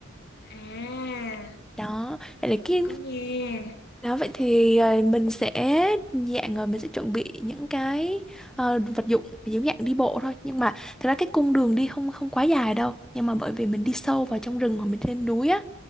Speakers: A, on the left; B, in the centre.
A: à,
B: Đó, vậy là cái
A: chị có nghe.
B: đó vậy thì ờ, mình sẽ dạng rồi mình sẽ chuẩn bị những cái ờ, vật dụng giống dạng đi bộ thôi nhưng mà thực ra cái cung đường đi không không quá dài đâu nhưng mà bởi vì mình đi sâu vào trong rừng hoặc mình lên núi á